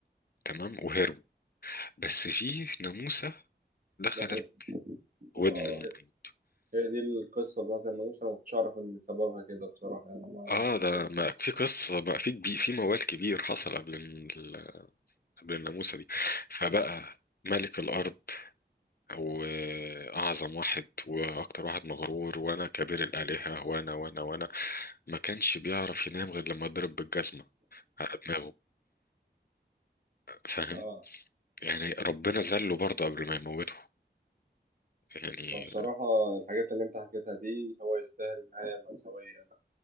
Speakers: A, on the left; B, on the right.
A: تمام وهربوا بس في ناموسة دخلت
B: دخلت
A: ودن
B: اه
A: النمر
B: هي هي دي القصه بتاعت الناموسه انا ما كنتش اعرف ان سببها كده بصراحه يعني انا
A: اه
B: كنت
A: ده ما في قصة ما في كبير في موال كبير حصل قبل ال- قبل الناموسة دي فبقى ملك الأرض وأعظم واحد وأكتر واحد مغرور وأنا كبير الآلهة وأنا وأنا وأنا ما كانش بيعرف ينام غير لما يضرب بالجزمة على دماغه فاهم
B: اه
A: يعني ربنا ذله برضه قبل ما يموته يعني
B: فبصراحه الحاجات اللي انت حكيتها دي هو يستاهل نهايه مأساويه